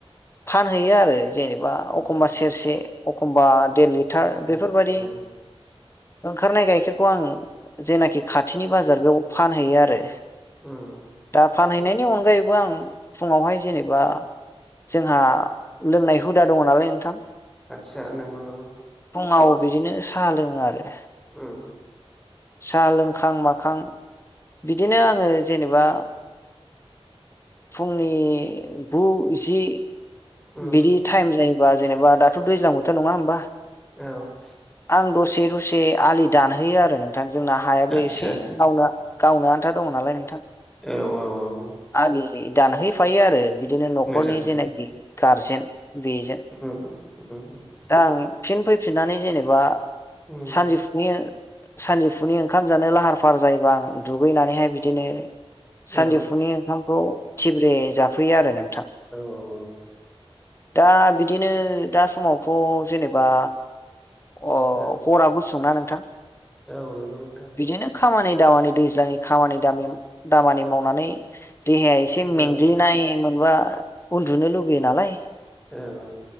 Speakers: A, on the left (about 25°); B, in the centre.
A: फानहैयो आरो जेनेबा
B: उम
A: एखमबा
B: उम
A: सेरसे एखमबा देर लिटार बेफोरबायदि।
B: उम उम
A: ओंखारनाय गाइखेरखौ आं जेनाखि खाथिनि बाजार बेयाव फानहैयो आरो।
B: उम
A: दा फानहैनायनि अनगायैबो आं फुङावहाय जेनेबा। जोंहा लोंनाय हुदा दङ नालाय नोंथां।
B: आथसा नोंगौ नोंगौ।
A: फुंङाव बिदिनो साहा लोंओ आरो।
B: उम।
A: साहा लोंखां माखां बिदिनो आंङो जेनेबा । फुंनि गु जि
B: उम
A: बिदि टाइम जायो। होनब जेनबा दाथ' दैजलां बोथोर नङा होमबा।
B: औ।
A: आं दसे दसे आलि दानहैयो आरो नोंथां जोंना हायाबो
B: आदसा
A: एसे मावनो गावनो आनथा। खोथा दङ नालाय नोंथां।
B: औ औ औ।
A: आलि दानहैफायो आरो बिदिनो न'खरनि
B: मोजां
A: जेनाखि गारजेन । बेजों
B: उम, उम,
A: दा आं। फिन फैफिननानै जेनेबा
B: उम,
A: सानजौफुनि। सानजिफुनि ओंखाम जानो लाहार फाहार जायोबा आं दुगैनानैहाय बिदिनो।
B: औ
A: सानजौफुनि ओंखामखौ थिब्रे जाफैयो आरो नोंथां।
B: औ औ औ।
A: दा बिदिनो दा समावथ' जेनेबा। अ
B: औ
A: हरा गुसुंना नोंथां।
B: औ नोंगौ नोंथां।
A: बिदिनो खामानि दामानि दैज्लांनि खामानि दमिम दामानि मावनानै। देहाया एसे मेंग्लिनाय
B: औ
A: मोनबा उन्दुनो लुुगैयो नालाय।
B: औ औ।